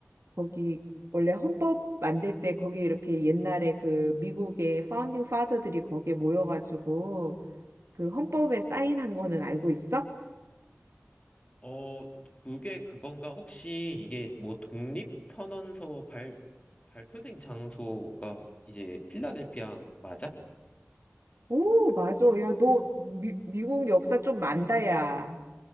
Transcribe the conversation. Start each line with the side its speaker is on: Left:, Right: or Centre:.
Right: 거기 원래 헌법 만들 때 거기 이렇게 옛날에 그 미국의 파운딩 파더들이 거기에 모여가지고 그 헌법에 사인한 거는 알고 있어?
Left: 어, 그게 그건가? 혹시 이게 뭐 독립선언서 발, 발표된 장소가 이제 필라델피아 맞아?
Right: 오, 맞아. 야, 너 미, 미국 역사 좀 만다, 야.